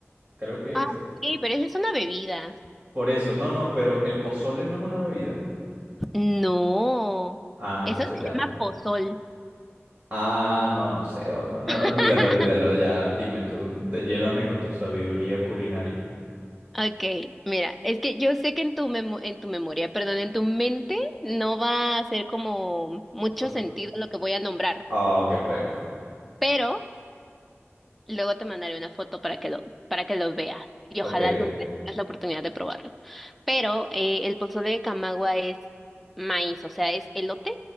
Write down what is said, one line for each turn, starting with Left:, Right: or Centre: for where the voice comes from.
Right: creo que
Centre: Ah,
Right: es.
Centre: sí, pero esa es una bebida.
Right: Por eso, no, no, pero el pozole no es una bebida.
Centre: No,
Right: Ah,
Centre: eso
Right: entonces
Centre: se
Right: ya.
Centre: llama pozol.
Right: Ah, no, no sé. o- no, olvídalo,
Centre: <laughs>
Right: olvídalo, ya. Dime tú, de- lléname con tu sabiduría culinaria.
Centre: Ok, mira, es que yo sé que en tu memo- en tu memoria, perdón, en tu mente no va a hacer como mucho
Right: Por-
Centre: sentido lo que voy a nombrar,
Right: Ah, qué feo.
Centre: pero luego te mandaré una foto para que lo, para que lo veas y
Right: Ok,
Centre: ojalá algún
Right: ok.
Centre: día tengas la oportunidad de probarlo. Pero eh, el pozole de Camagua es maíz, o sea, es elote